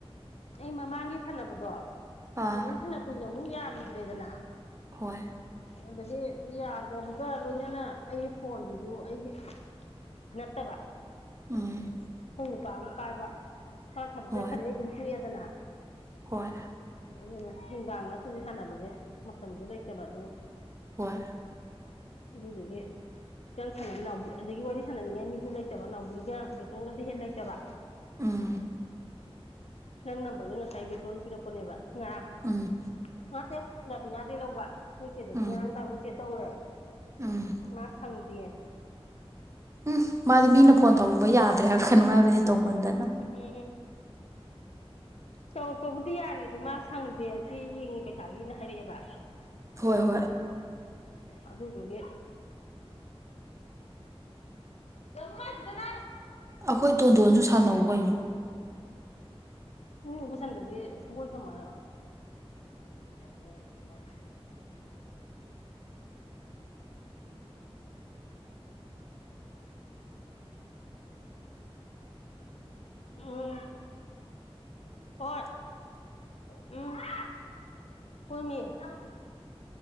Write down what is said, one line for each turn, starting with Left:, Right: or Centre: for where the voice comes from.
Left: ꯑꯩ ꯃꯃꯥꯡꯒꯤ ꯁꯥꯟꯅꯕꯗꯣ
Right: ꯑꯥ
Left: ꯑꯗꯨꯏ ꯐꯅ ꯀꯨꯏꯅ ꯑꯃꯨꯛ ꯌꯥꯔꯨꯗ꯭ꯔꯦꯗꯅ
Right: ꯍꯣꯏ
Left: ꯑꯗꯒꯤ ꯌꯥꯗꯕꯒ ꯂꯣꯏꯅꯅ ꯑꯩꯒꯤ ꯐꯣꯟꯁꯤꯁꯨ ꯑꯩꯒꯤ ꯅꯠꯇꯕ
Right: ꯎꯝ
Left: ꯑꯩꯈꯣꯏ ꯅꯨꯄꯥꯅ ꯄꯥꯏꯕ ꯃꯥꯅ ꯊꯕꯛ
Right: ꯍꯣꯏ
Left: ꯆꯠꯈꯔꯦ ꯑꯩ ꯑꯗꯨꯝ ꯇꯣꯛꯑꯦꯗꯅ꯫
Right: ꯍꯣꯏ
Left: ꯑꯗꯨꯅ ꯅꯨꯡꯗꯥꯡ ꯅꯠꯇ꯭ꯔꯗꯤ ꯁꯥꯟꯅꯕꯒꯤ ꯃꯇꯝꯁꯨ ꯂꯩꯇꯕ ꯑꯗꯨ
Right: ꯍꯣꯏ
Left: ꯑꯗꯨꯗꯨꯗꯒꯤ ꯁꯨꯀ ꯁꯥꯟꯅ ꯅꯥꯎ ꯑꯗꯒꯤ ꯋꯥꯔꯤ ꯁꯥꯟꯅꯅꯤꯡꯉꯥꯏ ꯃꯤꯗꯨ ꯂꯩꯇꯕ ꯅꯥꯎꯕꯤꯒ ꯕꯦꯇꯣꯡꯒꯗꯤ ꯍꯦ ꯂꯩꯇꯕ
Right: ꯎꯝ
Left: ꯅꯪ ꯅꯝꯕꯔꯁꯦ ꯉꯁꯥꯏ ꯕꯦꯇꯣꯅ ꯄꯤꯔꯛꯄꯅꯦꯕ ꯉꯔꯥꯡ
Right: ꯎꯝ
Left: ꯉꯇꯦ ꯔꯕꯤꯅꯥꯗꯒꯤꯩ ꯂꯧꯕ ꯅꯣꯏꯆꯦꯗꯒꯤ
Right: ꯎꯝ
Left: ꯉꯔꯥꯡꯗꯥ ꯅꯣꯏꯆꯦ ꯇꯧꯋꯦ
Right: ꯎꯝ
Left: ꯃꯥ ꯁꯥꯟꯗꯦ
Right: ꯎꯝ ꯃꯥꯗꯤ ꯃꯤꯅ ꯐꯣꯟ ꯇꯧꯕ ꯌꯥꯗ꯭ꯔꯦ ꯍꯥꯏꯕ ꯀꯩꯅꯣ ꯍꯥꯏꯕꯅꯤ ꯇꯧꯃꯟꯗꯅ
Left: ꯎꯝ ꯆꯥꯎꯧꯔꯛꯄꯕꯨꯗꯤ ꯌꯥꯔꯤ ꯑꯗ ꯃꯥ ꯁꯪꯗꯦꯆ ꯌꯦꯡꯉꯦ ꯄꯩꯈꯥꯒꯤꯅ ꯍꯥꯏꯔꯛꯑꯦꯕ
Right: ꯍꯣꯏ ꯍꯣꯏ
Left: ꯑꯗ ꯏꯗꯤ ꯃ ꯑꯗꯨꯗꯅ
Right: ꯑꯩꯈꯣꯏ ꯗꯣꯟꯗꯣꯟꯁꯨ ꯁꯥꯟꯅꯧ ꯀꯩꯅꯣ
Left: <inaudible> ꯎꯝ ꯕꯨꯨꯁꯟꯗꯗꯤ ꯁꯪꯒꯣꯏ ꯊꯝꯃꯔꯣ <inaudible>
Right: <inaudible>
Left: ꯎꯝ ꯍꫭꯏ ꯎꯝ ꯍꯣꯏꯃꯤ